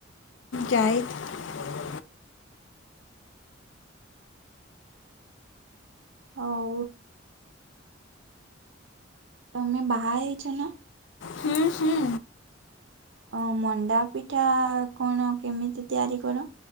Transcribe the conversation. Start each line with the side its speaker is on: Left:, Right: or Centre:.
Left: ଯାଏ <unintelligible>
Right: ଆଉ। ତମେ ବାହା ହେଇଛ ନା?
Left: ହୁଁ ହୁଁ।
Right: ଅ ମଣ୍ଡା ପିଠା କଣ କେମିତି ତିଆରି କର?